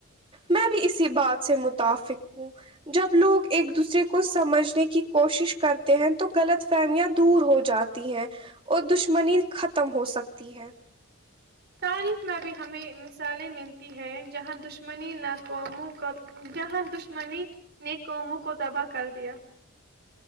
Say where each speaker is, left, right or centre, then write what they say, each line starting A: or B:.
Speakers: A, on the right; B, on the right.
A: میں بھی اسی بات سے متفق ہوں جب لوگ ایک دوسرے کو سمجھنے کی کوشش کرتے ہیں تو غلط فہمیاں دور ہو جاتی ہیں اور دشمنی ختم ہو سکتی ہے
B: تاریخ میں بھی ہمیں مثالیں ملتی ہیں جہاں دشمنی نہ قوموں کو جہاں دشمنی نے قوموں کو تباہ کر دیا